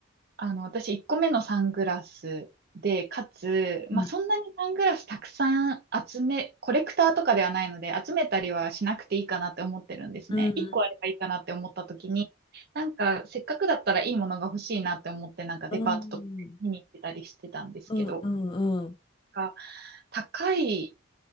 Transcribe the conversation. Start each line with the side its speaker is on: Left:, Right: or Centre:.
Right: あの、私1個目のサングラスで、かつ、まあ、
Left: うん。
Right: そんなにサングラスたくさん集め、コレクターとかではないので、集めたりはしなくていいかなって思ってるんですね。
Left: うん。
Right: 1個あればいいかなって思った時に、
Left: うん。
Right: なんか、せっかくだったらいいものが欲しいなって思って、なんかデパートとか見に行ってたりしてたんですけど、
Left: うん。うんうんうん。
Right: が高い